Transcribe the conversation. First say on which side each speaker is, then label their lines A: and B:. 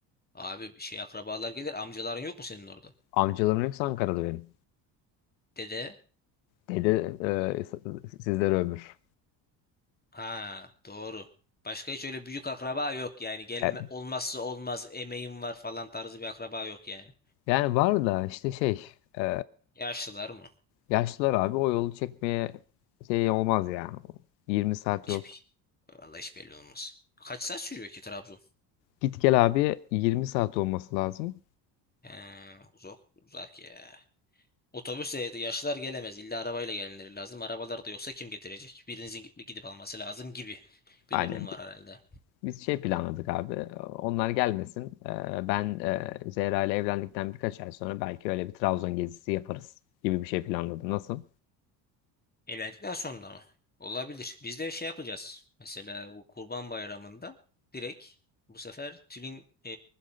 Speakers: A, on the left; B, on the left.
A: Abi şey akrabalar gelir amcaların yok mu senin orada?
B: Amcalarım hepsi Ankara'da benim.
A: Dede
B: Dede e, s- sizlere ömür.
A: Ha, doğru. Başka hiç öyle büyük akraba yok yani. Gelme,
B: E,
A: olmazsa olmaz emeğim var falan tarzı bir akraba yok yani.
B: Yani var da işte şey e,
A: Yaşlılar mı?
B: Yaşlılar abi o yolu çekmeye şey olmaz ya. 20 saat
A: Hiç,
B: yol.
A: vallahi hiç belli olmaz. Kaç saat sürüyor ki Trabzon?
B: Git gel abi 20 saat olması lazım.
A: He, uzak, uzak ya. Otobüsle yaşlılar gelemez. İlla arabayla gelmeleri lazım. Arabalar da yoksa kim getirecek? Birinizin gidip, gidip alması lazım gibi bir
B: Aynen.
A: durum var herhalde.
B: Biz şey planladık abi. Onlar gelmesin. Ee, Ben e, Zehra ile evlendikten birkaç ay sonra belki öyle bir Trabzon gezisi yaparız gibi bir şey planladım. Nasıl?
A: Evlendikten sonra mı? Olabilir. Biz de şey yapacağız. Mesela bu Kurban Bayramı'nda direkt bu sefer Tülin e,